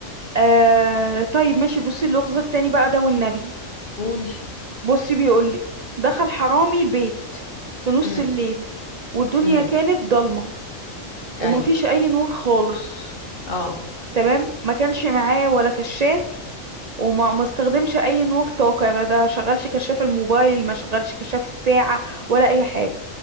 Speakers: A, on the right; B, on the left.
A: آه طيب ماشي بصي اللغز التاني بقى ده والنبي
B: قولي
A: بصي بيقولك دخل حرامي البيت في نص
B: امم
A: الليل والدنيا
B: امم
A: كانت ضلمة
B: اي
A: ومفيش أي نور خالص
B: اه
A: تمام ما كانش معاه ولا كشاف وما ما استخدمش أي نور طاقة ما ده شغلش كشاف الموبايل ما شغلش كشاف الساعة ولا أي حاجة
B: مم.